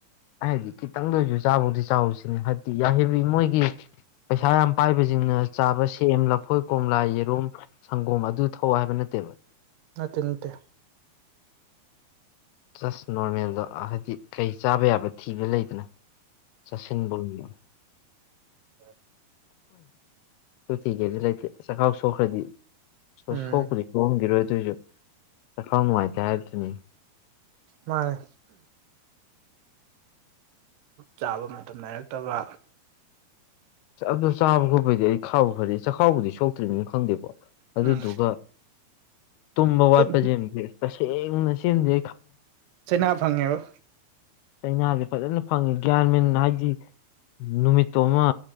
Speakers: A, on the left; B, on the right.
A: ꯍꯥꯏꯕꯗꯤ ꯈꯤꯇꯪꯗ ꯑꯣꯏꯁꯨ ꯆꯥꯕꯧꯗꯤ ꯆꯥꯎꯁꯤꯅꯦ ꯍꯥꯏꯕꯗꯤ ꯌꯥꯍꯕꯤ ꯃꯣꯏꯒꯤ ꯄꯩꯁꯥ ꯌꯥꯝ ꯄꯥꯏꯕꯁꯤꯡꯅ ꯆꯥꯕ ꯁꯦꯝ ꯂꯐꯣꯏ ꯀꯣꯝꯂꯥ ꯌꯦꯔꯨꯝ ꯁꯪꯒꯣꯝ ꯑꯗꯨ ꯊꯧꯑꯣ ꯍꯥꯏꯕ ꯅꯠꯇꯦꯕ
B: ꯅꯠꯇꯦ ꯅꯠꯇꯦ
A: ꯖꯁ ꯅꯣꯔꯃꯦꯜꯗꯣ ꯍꯥꯏꯗꯤ ꯀꯩ ꯆꯥꯕ ꯌꯥꯕ ꯊꯤꯕ ꯂꯩꯗꯅ ꯆꯥꯁꯤꯟꯕ ꯑꯣꯏꯕ
B: ꯑ <inaudible>
A: ꯁꯣꯇꯤ ꯀꯩꯗꯤ ꯂꯩꯇꯦ ꯆꯈꯥꯎ ꯁꯣꯛꯈ꯭ꯔꯗꯤ
B: ꯎꯝ
A: ꯁꯣꯛꯄ꯭ꯔꯤ ꯆꯣꯡꯈꯤꯔꯣꯏ ꯑꯗꯨꯁꯨ ꯆꯈꯥꯎ ꯅꯨꯡꯉꯥꯏꯇꯦ ꯍꯥꯏꯕꯗꯨꯅꯤ
B: ꯃꯥꯅꯦ ꯆꯥꯕ ꯃꯇꯝ ꯅꯥꯏꯔꯛꯇꯕ
A: ꯑꯗꯣ ꯆꯥꯕ ꯈꯣꯠꯄꯗꯤ ꯑꯩ ꯈꯥꯎꯕ ꯐꯔꯦ ꯆꯈꯥꯎꯕꯨꯗꯤ ꯁꯣꯛꯇ꯭ꯔꯤꯕꯅꯤꯅ ꯈꯪꯗꯦꯕꯣ ꯑꯗꯨꯗꯨꯒ
B: ꯎꯝ
A: ꯇꯨꯝꯕ ꯋꯥꯠꯄ
B: ꯑꯗꯨꯝ
A: ꯁꯦꯝꯁꯦ ꯇꯁꯦꯡꯅ ꯁꯦꯝꯁꯦ
B: ꯆꯅꯥꯕꯪꯉꯦꯕꯨ
A: ꯆꯩꯅꯥꯁꯦ ꯐꯖꯅ ꯐꯪꯉꯦ ꯒ꯭ꯌꯥꯟ ꯃꯦꯟ ꯍꯥꯏꯗꯤ ꯅꯨꯃꯤꯠꯇꯣ ꯑꯃ